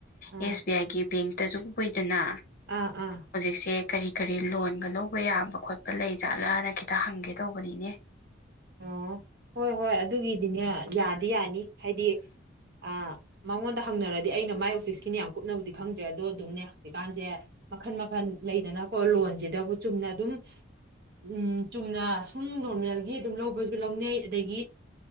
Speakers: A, on the right; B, on the left.
A: ꯑꯥ
B: ꯑꯦꯁ ꯕꯤ ꯑꯥꯏꯒꯤ ꯕꯦꯡꯇꯖꯕꯨ ꯀꯨꯏꯗꯅ
A: ꯑꯥ ꯑꯥ
B: ꯍꯧꯖꯤꯛꯁꯦ ꯀꯔꯤ ꯀꯔꯤ ꯂꯣꯟꯒ ꯂꯧꯕ ꯌꯥꯕ ꯈꯣꯠꯄ ꯂꯩ ꯖꯥꯠꯂꯥꯅ ꯈꯤꯇ ꯍꯪꯒꯦ ꯇꯧꯕꯅꯤꯅꯦ
A: ꯑꯣ ꯍꯣꯏ ꯍꯣꯏ ꯑꯗꯨꯒꯤꯗꯤꯅꯦ ꯌꯥꯗꯤ ꯌꯥꯅꯤ ꯍꯥꯏꯗꯤ ꯑ ꯃꯉꯣꯟꯗ ꯍꯪꯅꯔꯗꯤ ꯑꯩꯅ ꯃꯥꯏ ꯑꯣꯐꯤꯁꯀꯤꯅꯤ ꯌꯥꯝ ꯀꯨꯞꯅꯕꯕꯨꯗꯤ ꯈꯪꯗ꯭ꯔꯦ ꯑꯗꯣ ꯑꯗꯨꯝꯅꯦ ꯍꯧꯖꯤꯛꯀꯥꯟꯁꯦ ꯃꯈꯟ ꯃꯈꯜ ꯂꯩꯗꯅꯀꯣ ꯂꯣꯟꯁꯤꯗꯕꯨ ꯆꯨꯝꯅ ꯑꯗꯨꯝ ꯎꯝ ꯆꯨꯝꯅ ꯁꯨꯝ ꯅꯣꯔꯃꯦꯜꯒꯤ ꯑꯗꯨꯝ ꯂꯧꯕꯁꯨ ꯂꯧꯅꯩ ꯑꯗꯒꯤ